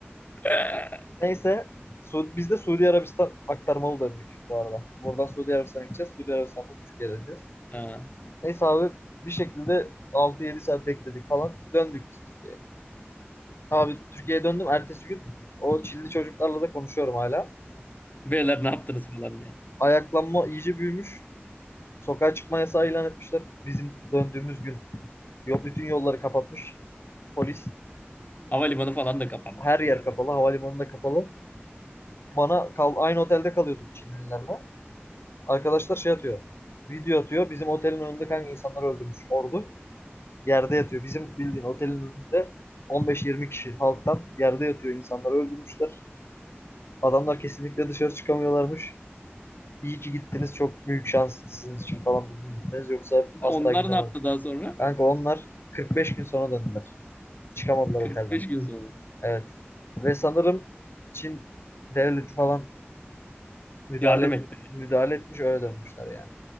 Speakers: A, on the left (about 40°); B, on the left (about 70°).
A: <laughs>
B: Neyse Su- biz de Suudi Arabistan aktarmalı döndük bu arada. Buradan Suudi Arabistan'a gideceğiz. Suudi Arabistan'dan Türkiye'ye döneceğiz.
A: Ha.
B: Neyse abi bir şekilde altı yedi saat bekledik falan. Döndük biz. Abi Türkiye'ye döndüm. Ertesi gün o Çinli çocuklarla da konuşuyorum hala.
A: Beyler ne yaptınız falan diye.
B: Ayaklanma iyice büyümüş. Sokağa çıkma yasağı ilan etmişler. Bizim döndüğümüz gün yok bütün yolları kapatmış. Polis
A: Havalimanı falan da kapanmıştır
B: her yer
A: zaten.
B: kapalı. Havalimanı da kapalı. Bana kal aynı otelde kalıyorduk Çinlilerle. Arkadaşlar şey atıyor. Video atıyor. Bizim otelin önünde kanka insanları öldürmüş ordu. Yerde yatıyor. Bizim bildiğin otelin önünde 15-20 kişi halktan yerde yatıyor. İnsanları öldürmüşler. Adamlar kesinlikle dışarı çıkamıyorlarmış. İyi ki gittiniz. Çok büyük şans sizin için falan bugün gittiniz. Yoksa asla
A: Onlar
B: gidemezdim.
A: ne yaptı daha sonra?
B: Kanka onlar 45 gün sonra döndüler. Çıkamadılar
A: 45
B: otelden.
A: gün sonra.
B: Evet. Ve sanırım Çin devleti falan müdahale
A: Yardım
B: et-
A: etti.
B: müdahale etmiş öyle dönmüşler yani.